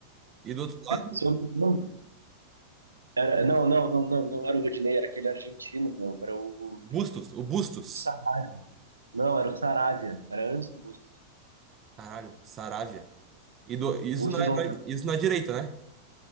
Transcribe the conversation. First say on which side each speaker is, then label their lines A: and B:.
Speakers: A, on the right; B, on the right.
A: E do outro lado,
B: Se eu não me lembro, era, não, não, não, não, não era o Rodinei, era aquele argentino, meu, era o
A: Bustos. O Bustos.
B: Sa- Não, era o Saravia. Era antes do Bustos.
A: Caralho, Saravia. E do, isso,
B: O Bustos
A: na,
B: não
A: na-
B: tá...
A: isso na direita, né?